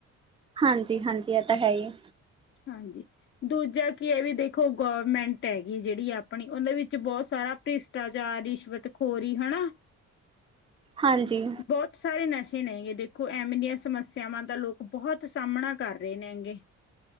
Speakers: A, on the right; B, on the left.
A: ਹਾਂਜੀ-ਹਾਂਜੀ ਇਹ ਤਾਂ ਹੈ ਹੀ।
B: ਹਾਂਜੀ। ਦੂਜਾ ਕੀ ਐ ਵੀ ਦੇਖੋ ਗਵਰਮੈਂਟ ਹੈਗੀ ਜਿੜੀ ਆਪਣੀ ਉਦੇ ਵਿੱਚ ਬੋਤ ਸਾਰਾ ਪਿਸ ਭ੍ਰਿਸ਼ਟਾਚਾਰ, ਰਿਸ਼ਵਤ ਖੋਰੀ ਹੈਨਾ।
A: ਹਾਂਜੀ।
B: ਬੋਤ ਸਾਰੇ ਨਸ਼ੇ ਨੇ ਹੈਗੇ ਦੇਖੋ ਐਵੇਂ ਦੀਆਂ ਸਮੱਸਿਆਵਾਂ ਦਾ ਲੋਕ ਬੋਹਤ ਸਾਹਮਣਾ ਕਰ ਰਹੇ ਨੇ ਹੈਗੇ।